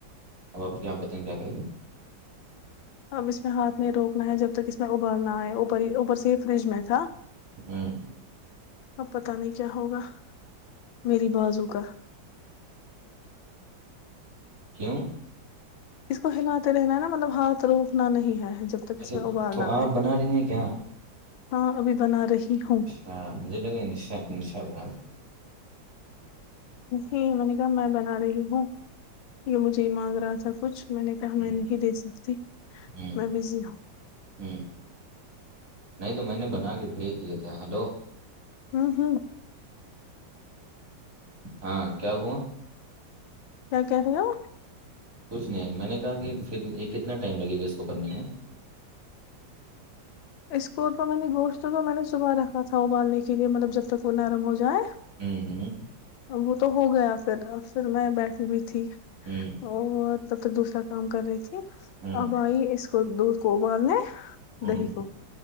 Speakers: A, on the right; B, on the left.
A: اب آپ کو یہاں پتیں کیا کہتےے
B: اب اس میں ہاتھ میں روکنا ہے جب تک اس میں ابالنا ہے اوپر ہی اوپر سے ہی فریج میں تھا
A: ہوں
B: اب پتا نہیں کیا ہوگا میری بازو کا
A: کیوں
B: اس کو ہلاتے رہنا ہے نا مطلب ہاتھ روپنا نہیں ہے جب تک اس
A: اچھا
B: میں ابالنا
A: تو آپ
B: ہے
A: بنا رہی ہیں کیا
B: ہاں ابھی بنا رہی ہوں
A: ہاں مجھے لگا نشا نشا بنا کے
B: ہی منیکا میں بنا رہی ہوں یہ مجھے مانگ رہا تھاب کچھ میں نے
A: ہوں
B: کہا میں نہیں دے سکتی
A: ہوں
B: میں بزی ہوں
A: ہوں نہیں تو میں نے بنا کے بھیج دیا تھا ہیلو
B: ہاں ہاں
A: ہاں کیا ہوا
B: کیا کہہ رہ ہو
A: کچھ نہیں میں نے کہا کہ پھر یہ کتنا ٹائم لگے گا اس کو بننے میں
B: اس کو تو میں نے گوشت تو میں نے صبح رکھا تھا ابالنے کے لیے مطلب جب تک وہ نرم ہو جائے
A: ہوں ہوں
B: وہ تو ہو گیا پھر پھر میں بیٹھی بھی تھی
A: ہوں
B: اور تو پھر دوسرا کام کر رہی تھی
A: ہوں
B: اب آئی اس کو دودھ کو ابالنے
A: ہوں
B: دہی کو